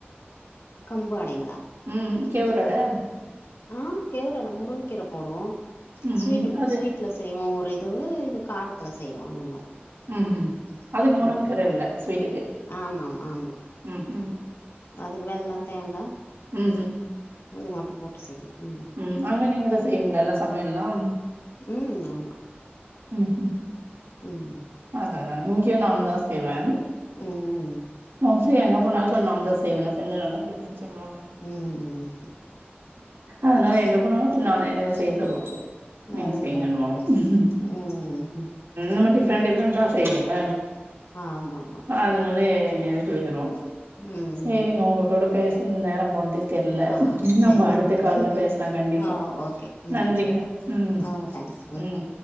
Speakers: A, on the left (about 80°); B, on the right (about 75°).
A: கம்பு அடைங்களா
B: ம் கேவுரடா
A: ஆ கேவுரட முருங்க கீர போடுவோம்
B: ம்
A: ஸ்வீட்டு
B: ம் அது
A: ஸ்வீட்லஸ் செய்வோம் ஒரு இதுவு இது காரத்துல செய்வோம் அந்த மாரி
B: ம் ம் அதுக்கு முரங்கு
A: ம் ம்
B: கர இல்ல ஸ்வீட்டுக்கு
A: ஆமாம் ஆமா
B: ம் ம்
A: அதுக்கு வெள்ளம் தேங்கா
B: ம் ம்
A: இது மட்டும் போட்டு செய்யணும் ம்
B: ம் அங்க நீங்கதான் செய்வீங்ளா எல்லா சமையல்லாம்
A: ம் ஆமா
B: ம் ம்
A: ம் ம்
B: அதா அதான் இங்கயும் நான் தான் செய்வேன்
A: ம்
B: மோஸ்ட்லி எங்க போனாலும் கொஞ்ச நா தா செய்வேன் செஞ்சா நல்லா இருக்குதுன்னு சொல்லுவாங்க
A: ம் ம்
B: அதனால எங்க போனலும் நானே என்னதா செய்ய சொல்லுவாங்க நீங்க
A: ஓஹோ
B: செய்யுங்க குனுவாங்க
A: ம்
B: நம்ம டிஃப்ரெண்ட் டிஃப்ரெண்டா செய்றேல்ல
A: ஆமா ஆமா
B: அதனால என்ன பேருவோம்
A: ம்
B: சேரிங்க உங்க கூட பேசுன நேரொம் போனதே தெர்ல
A: ஆ சேரி
B: நம்ப அடுத்த
A: சேரி
B: கால்ல பேஸ்லா கண்டிப்பா
A: ஆ ஓகே ம்
B: நன்றிங்க
A: சேரி
B: ம்
A: ஓ தேங்க்ஸ்
B: ம்